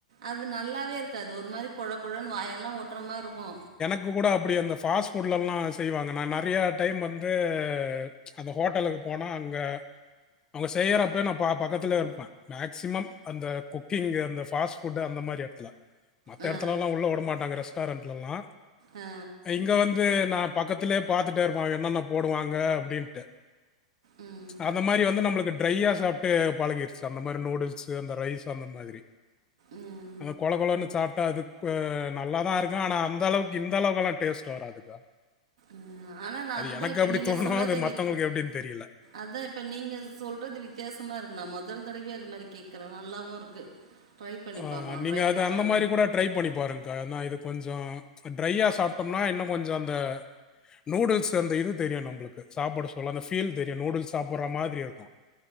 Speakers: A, on the right (about 65°); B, on the left (about 20°).
A: அது நல்லாவே இருக்காது ஒரு மாரி கொழ கொழன்னு வாயெல்லா ஓட்ற மாரி இருக்கு
B: இப்ப கூட அப்டி அந்த ஃபுஸ்ட் ஃபுட்லல்லா செய்வாங்க நா நெறையா டைம் வந்து அந்த ஹோட்டலுக்கு போனா அங்க அவங்க செய்யறப்ப நா பா பக்கத்துலயே இருப்பே மேக்ஸிமம் அந்த குக்கிங் அந்த ஃபாஸ்ட் ஃபுட்டு் அந்த மாரி எடத்துல மத்த
A: அ
B: எடத்துலல்லா உள்ள விடமாட்டாங்க ரெஸ்டாரெண்ட்லல்லா
A: அ
B: இங்க வந்து நா பக்கத்துலயே பாத் துட்டே இருப்பே என்னென்ன போடுவாங்க அப்டின்ட்டு
A: ம்
B: அந்த மாரி வந்து நம்மளுக்கு ட்ரையா சாப்ட்டே பழகிருச்சி அந்த மாரி நூடுல்ஸ் அந்த ரைஸ் அந்த மாதிரி
A: ம்
B: அது கொழ கொழன்னு சாப்ட்டா அதுக்கு நல்லாதா இருக்கு ஆனா அந்த அளவுக்கு இந்த அளவுக்குல்லா டேஸ்ட் வராதுக்கா
A: ம் ஆனா நா
B: அது
A: அதுதா
B: எனக்கு
A: இப்ப
B: அப்டி
A: நீங்க
B: தோணு
A: சொல்லத
B: அது மத்தவங்களுக்கு
A: வித்
B: எப்டின்னு தெரியல
A: அதா இப்ப நீங்க சொல்றது வித்தியாசமா இருக்கு நா மொதல் தடவயா அது மாரி கேக்குறே நல்லாவு இருக்கு ட்ரை பண்ணி
B: ஆஹ்
A: பாக்கணு
B: நீங்க
A: ட்ரை
B: அது
A: பண்ணணுல
B: அந்த மாதிரி கூட ட்ரை பண்ணி பாருங்க்கா ஆனா இது கொஞ்சோ ட்ரையா சாப்ட்டோம்னா இன்னு கொஞ்சோ அந்த நூடுல்ஸ் அந்த இது தெரியு நம்பகளுக்கு சாப்ட சொல்ல அந்த ஃபீல் தெரியு நூடுல்ஸ் சாப்ட்ற மாதிரி இருக்கு